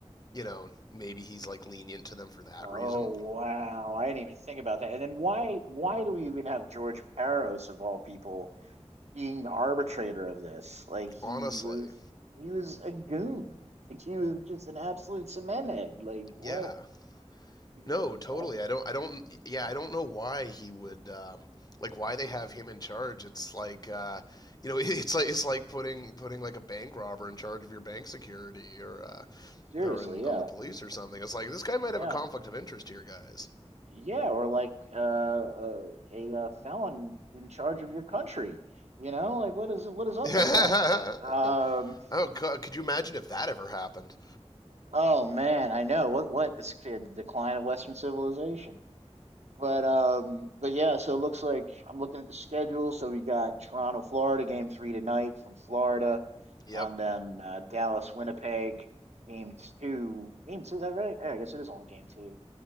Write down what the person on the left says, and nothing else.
you know, maybe he's like lenient to them for that
reason.
Honestly,
yeah.
No, totally.
I don't. I don't. Yeah, I don't know why he would. Um, like why they have him in charge. It's like uh, you know, <laughs> it's like it's like putting putting like a bank robber in charge of your bank security or uh,
or in,
on the police or something. It's like this guy might have
a conflict of interest here, guys.
<laughs>
oh, co- could you imagine if that ever happened?
Yep.